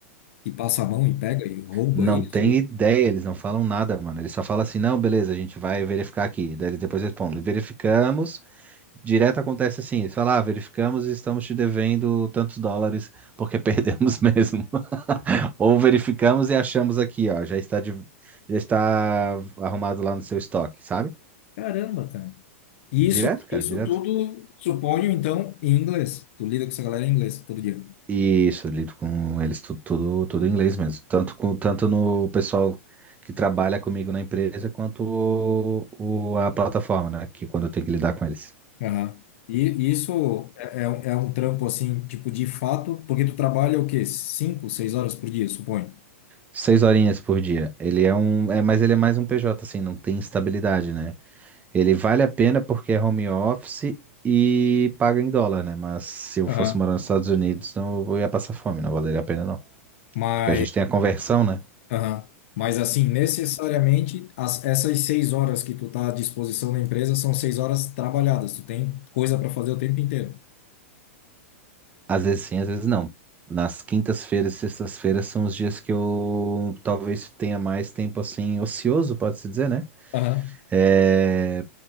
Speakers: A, on the left (about 60°); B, on the right (about 20°).
A: que passa a mão e pega e rouba
B: Não
A: isso?
B: tem ideia, eles não falam nada, mano. Eles só falam assim: não, beleza, a gente vai verificar aqui. Daí eles depois respondem: verificamos, Direto acontece assim, eles falam, ah, verificamos e estamos te devendo tantos dólares porque perdemos <laughs> mesmo. Ou verificamos e achamos aqui, ó, já está, de- já está arrumado lá no seu estoque, sabe?
A: Caramba, cara. E
B: Direto,
A: isso,
B: cara,
A: isso
B: direto.
A: tudo, supõe então, em inglês. Tu lida com essa galera em inglês todo dia.
B: Isso, eu lido com eles tu- tudo, tudo, em inglês mesmo. Tanto, com, tanto no pessoal que trabalha comigo na empresa, quanto o, o- a plataforma, né? Que quando eu tenho que lidar com eles.
A: Aham. E e isso é, é um é um trampo, assim, tipo, de fato, porque tu trabalha o quê? Cinco, seis horas por dia, suponho.
B: Seis horinhas por dia. Ele é um. É, mas ele é mais um PJ, assim, não tem estabilidade, né? Ele vale a pena porque é home office e paga em dólar, né? Mas se eu
A: Aham.
B: fosse morar nos Estados Unidos, não eu ia passar fome, não valeria a pena, não.
A: Mas,
B: Porque a gente tem a conversão, né?
A: aham. Mas, assim, necessariamente, as, essas seis horas que tu tá à disposição da empresa são seis horas trabalhadas. Tu tem coisa para fazer o tempo inteiro.
B: Às vezes sim, às vezes não. Nas quintas-feiras, e sextas-feiras são os dias que eu talvez tenha mais tempo assim, ocioso, pode-se dizer, né?
A: Aham.
B: É...